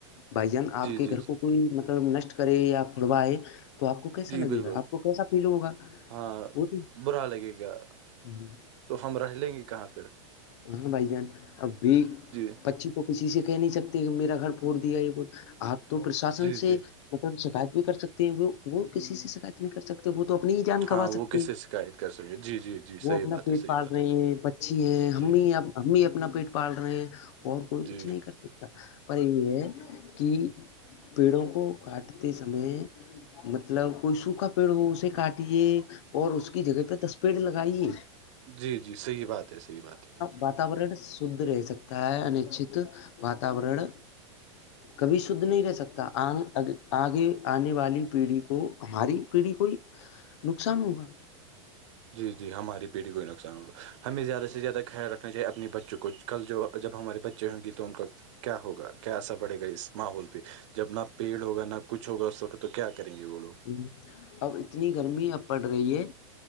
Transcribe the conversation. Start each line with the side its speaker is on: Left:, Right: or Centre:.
Left: بھائی جان آپ کے
Right: جی
Left: گھر کو کوئی مطلب نشٹ کرے یا پھڑواائے تو آپ کو کیسا
Right: جی
Left: لگے
Right: بالکل
Left: گا آپ کو کیسا فیل ہوگا
Right: ہاں
Left: وہ
Right: برا لگے گا
Left: تو
Right: تو ہم رہ لیں گے کہاں پھر
Left: ہ بھائی جان اب بھی
Right: جی
Left: پچھی تو کسی سے کہہ نہیں سکتے کہ میرا گھر پھوڑ دیا یہ آپ تو پرشاسن
Right: جی
Left: سے
Right: جی
Left: شکایت بھی کر سکتے ہیں وہ وہ کسی سے شکایت نہیں کر سکتے وہ تو اپنی ہی جان
Right: ہاں
Left: گنوا
Right: وہ
Left: سکتے
Right: کیسے شکایت کر سکے جی جی جی صحیح
Left: وہ اپنا
Right: بات
Left: پیٹ
Right: ہے صحیح
Left: پال
Right: بات
Left: رہے
Right: ہے
Left: ہیں بچ اچھی ہیں ہم
Right: جی
Left: بھی ہم بھی اپنا پیٹ پال رہے ہیں اور کوئی
Right: جی
Left: کچھ نہیں کر سک پر یہ ہے کہ پیڑوں کو کاٹتے سمے مطلب کوئی سوکھا پیڑ ہو اسے کاٹیے اور اس کی جگہ پہ دس پیڈ لگائیے
Right: جی جی صحیح بات ہے صحیح بات ہے جی جی
Left: واتاورن
Right: بالکل
Left: شھد رہ سکتا ہے انچت واتاورن
Right: <inaudible> ج <inaudible>
Left: کبھی شھد نہیں رہ سکتا آن آگے آنے والی پیڑھی کو ہماری پیڑھی کوئی نقصان ہوگا
Right: جی جی ہماری پیڑھی کو ہی نقصان ہوگا ہمیں زیادہ سے زیادہ خیال رکھنا چاہیے اپنے بچوں کو کل جو جب ہمارے بچے ہوں گے تو ان کا کیا ہوگا کیا سب پڑے گا اس ماحول پہ جب نہ پیڑ ہوگا نہ کچھ ہوگا اس وقت تو کیا کریں گے وہ لوگ
Left: ہوں <inaudible> <inaudible> اب اتنی گرمی اب پڑ رہی ہے